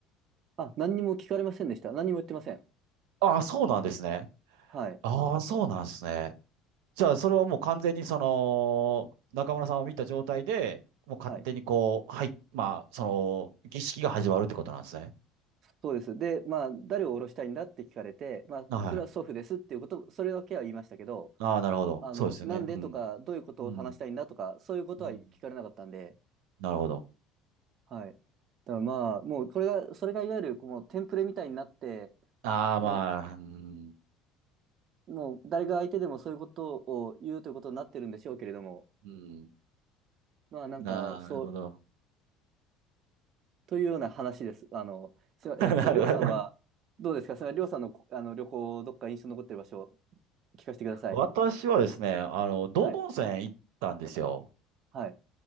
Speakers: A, on the right; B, on the right.
A: あ、何にも聞かれませんでした。何にも言ってません。
B: ああそうなんですね。
A: はい、
B: ああ、そうなんですね。じゃあ、それはもう完全にその、中村さんを見た状態で、もう勝手にこう、
A: はい。
B: はい、まあ、その、儀式が始まるってことなんですね。
A: そうです。で、まあ、誰を降ろしたいんだって聞かれて、まあ、
B: は
A: それは祖父ですっていうこと、それだけは言いましたけど、
B: い。ああ、なるほど。
A: あの、
B: そうですよね。
A: なんでとか、
B: うん。
A: どういうことを話したいんだとか、
B: うん。
A: そういうことは聞かれなかったんで、
B: うん。なるほど。
A: はい。だからまあ、もう、これが、それがいわゆる、こう、テンプレみたいになって、
B: ああ、
A: ね、
B: まあ、うん。
A: もう、誰が相手でもそういうことを言うということになってるんでしょうけれども、
B: うん。
A: まあ、なんか、
B: なるほど。
A: そう、というような話です。あの、すいまえっと、
B: <laughs> なるほど。
A: りょうさんは、どうですかそれはりょうさんの、あの、旅行、どっか印象に残ってる場所、聞かせてください。
B: 私はですね、あの、道後温泉行ったんですよ。
A: はい。はい。